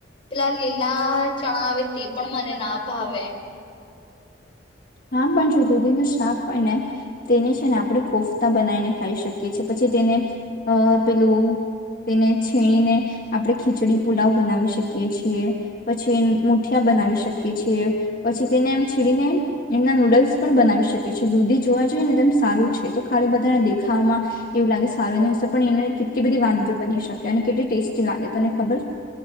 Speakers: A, on the left; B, on the left.
A: પેલા લીલા ચણા આવે તે પણ મને ના ભાવે
B: હા પણ જો દૂધીનું શાક હોય ને તેને છે ને આપણે કોફતા બનાવીને ખાઈ શકીએ છીએ પછી તેને પેલું તેને છીણીને આપણે ખીચડી પુલાવ બનાવી શકીએ છીએ પછી મુઠિયા બનાવી શકીએ છીએ પછી તેને એમ છીણીને એમના નૂડલ્સ પણ બનાવી શકે છે દૂધી જોવા જઈએ ને તેમમ સારું છે તો ખાલી બધાને દેખામાં એવું લાગે સારું નહી હશે પણ એને કેટલી બધી વાનગીઓ બની શકે અને કેટલી ટેસ્ટી લાગે તને ખબર